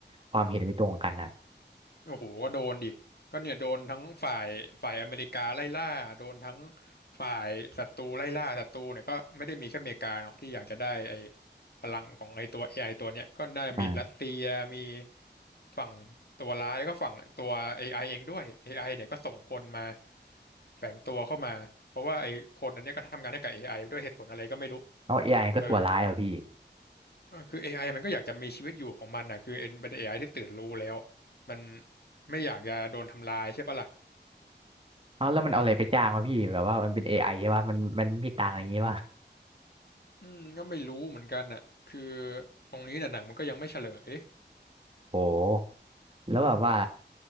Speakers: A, on the right; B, on the left.
A: ความเห็นไม่ตรงกันอะ
B: โอ้โหก็โดนดิก็เนี่ยโดนทั้งฝ่ายฝ่ายอเมริกาไล่ล่าโดนทั้งฝ่ายศัตรูไล่ล่าศัตรูเนี่ยก็ไม่ได้มีแค่อเมริกาเนาะที่อยากจะได้ไอ้พลังของไอ้ตัวเอไอตัวเนี่ยก็น่าจะมีรัสเซียมี
A: ใช่
B: ฝั่งตัวร้ายแล้วก็ฝั่งตัว AI เองด้วย AI เนี่ยก็ส่งคนมาแฝงตัวเข้ามาเพราะว่าไอ้คนอันเนี้ยก็ทำงานให้กับ AI ด้วยเหตุผลอะไรก็ไม่รู้
A: เอาเอไอก็ตัวร้ายเหรอพี่
B: เออ เออคือ AI มันก็อยากจะมีชีวิตอยู่ของมันนะคือเอ็นเป็น AI ที่ตื่นรู้แล้วมันไม่อยากจะโดนทำลายใช่ปะล่ะ
A: เอาแล้วมันเอาอะไรไปจ้างวะพี่แบบว่ามันเป็นเอไอใช่ป่ะมันมันไมมีตังค์อะไรอย่างงี้ป่ะ
B: อืมก็ไม่รู้เหมือนกันน่ะคือตรงนี้น่ะหนังมันก็ยังไม่เฉลย
A: โหแล้วแบบว่า